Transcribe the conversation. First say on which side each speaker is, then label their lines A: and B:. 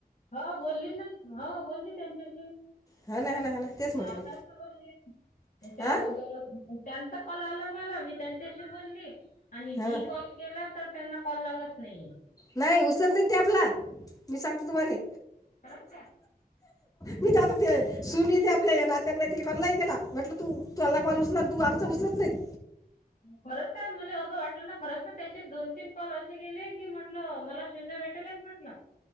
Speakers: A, on the left; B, on the left.
A: हो बोलली ना हो बोलली त्यां कशी
B: हा ना हा ना ना तेच
A: हा
B: म्हटलं
A: आताच बोलली त्याच्या
B: हां
A: अगोदरच त्यांचा कॉल आला मला मी त्यांच्याशी बोलली आणि
B: हां
A: मी कॉल केला तर त्यांना कॉल लागत नाहीये.
B: नाय उचलत नाहीत ते आपला मी सांगते तुम्हाले
A: खरच काय?
B: मी त आता ते सुन ये ती आपल्या या नात्या बाय तिला कॉल नाय केला म्हटलं तू तुवाल्ला कॉल उचला आणि तू आमचां उचलत नाहीत.
A: खरंच काय मला असं वाटलं ना खरं ना त्याचे दोन तीन कॉल असे गेले की म्हटलं मला शून्य भेटेलच म्हटलं.